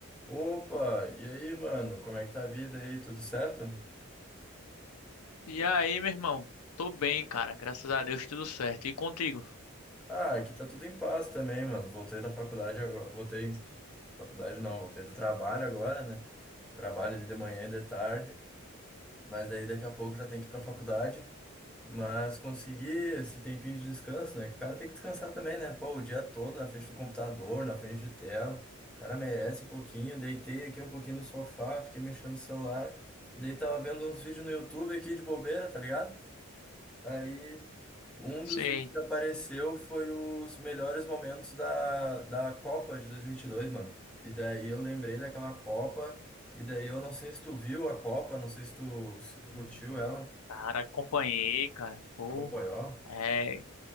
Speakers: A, in the centre; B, on the left.
A: Opa, e aí, mano? Como é que tá a vida aí? Tudo certo?
B: E aí, meu irmão? Tô bem, cara. Graças a Deus, tudo certo. E contigo?
A: Ah, aqui tá tudo em paz também, mano. Voltei da faculdade agora. Voltei, faculdade não, voltei do trabalho agora, né? Trabalho ali de manhã e de tarde, mas daí daqui a pouco já tem que ir pra faculdade. Mas consegui esse tempinho de descanso, né? Que o cara tem que descansar também, né? Pô, o dia todo na frente do computador, na frente de tela. O cara merece um pouquinho. Deitei aqui um pouquinho no sofá, fiquei mexendo no celular. E daí tava vendo uns vídeos no YouTube aqui de bobeira, tá ligado? Aí, um dos
B: Sei.
A: vídeos que apareceu foi os melhores momentos da, da Copa de dois mil e e vinte e dois mano. E daí eu lembrei daquela Copa, e daí eu não sei se tu viu a Copa, não sei se tu, se tu curtiu
B: Uhum.
A: ela,
B: Cara, acompanhei, cara. Pô,
A: acompanhou.
B: é,